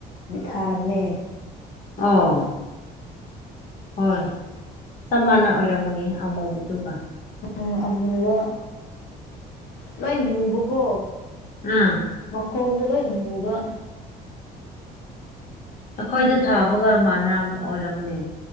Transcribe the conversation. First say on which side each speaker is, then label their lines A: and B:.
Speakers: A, on the left (about 85°); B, on the left (about 50°).
A: ꯊꯥꯔꯝꯃꯦ
B: ꯑꯥ ꯍꯣꯏ ꯆꯞ ꯃꯅ ꯑꯣꯏꯔꯝꯒꯨꯅꯤ ꯑꯃꯧꯕꯗꯨꯒ
A: ꯎ ꯑꯃꯨꯕ ꯂꯣꯏꯅ ꯃꯨꯕꯀꯣ
B: ꯎꯝ
A: ꯃꯈꯣꯡꯗ ꯂꯣꯏꯅ ꯃꯨꯕ
B: ꯑꯩꯈꯣꯏꯗ ꯊꯥꯕꯒ ꯃꯅ ꯑꯣꯏꯔꯝꯃꯅꯦ